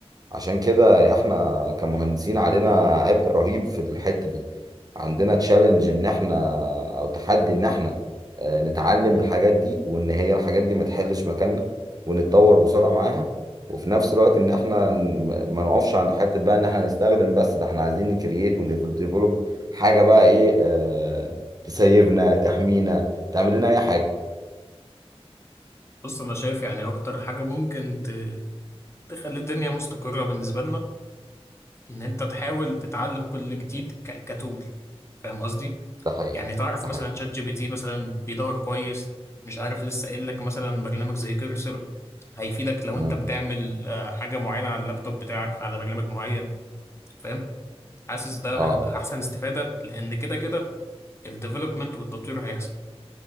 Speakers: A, on the right; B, on the left.
A: عشان كده احنا كمهندسين علينا عبء رهيب في الحتة دي عندنا تشالنج ان احنا او تحدي ان احنا آه، نتعلم الحاجات دي وان هي الحاجات دي ما تحلش مكاننا ونتطور بسرعة معاها وفي نفس الوقت ان احنا ن- ما نقفش عند حتة بقى ان احنا نستخدم بس ده احنا عايزين نكرييت ونديفلوب حاجة بقى ايه اه تسيفنا تحمينا تعمل لنا اي حاجة
B: بص أنا شايف يعني أكتر حاجة ممكن ت- تخلي الدنيا مستقرة بالنسبة لنا إن أنت تحاول تتعلم كل جديد ك- كتول فاهم قصدي؟
A: ده حقيقي
B: يعني تعرف
A: ده
B: مثلا
A: حقيقي
B: شات جي بي تي مثلا بيدور كويس مش عارف لسه قايل لك مثلا برنامج زي كيرسر هيفيدك لو
A: مم.
B: انت بتعمل آه، حاجة معينة على اللابتوب بتاعك على برنامج معين فاهم حاسس ده
A: اه
B: هيبقى احسن استفادة لان كده كده الديفلوبمنت والتطوير هيحصل